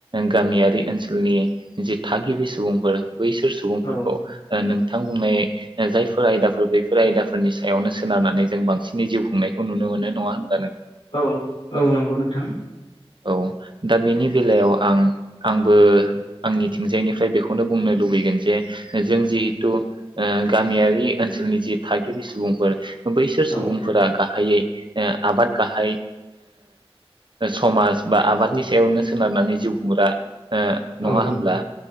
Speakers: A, on the right; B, on the left.
A: गामियारि ओनसोलनि जि थागिबि सुबुंफोर बैसोर सुबुंफोरखौ
B: औ
A: ओ नों नोंथां बुंनाय जायफोर आयदाफोर बैफोर आयदाफोरनि सायावनो सोनारनानै जों बांसिनै जिउ खुंनायखौ नुनो मोनो नङा होन
B: औ औ नंगौ नोंथां।
A: औ दा बेनि बेलायाव आं आंबो आंनि थिंजायनिफ्राय बेखौनो बुंनो लुबैगोन जे जों जेहेथु गामियारि ओनसोलनि जि थागिबि सुबुंफोर बैसोर
B: औ
A: सुबुंफोरा गाह हायै ओ आबाद गाहाय ओ समाज बा आबादनि सायावनो सोनारनानै जिउ खुंग्रा। ओ
B: औ
A: नङा होमब्ला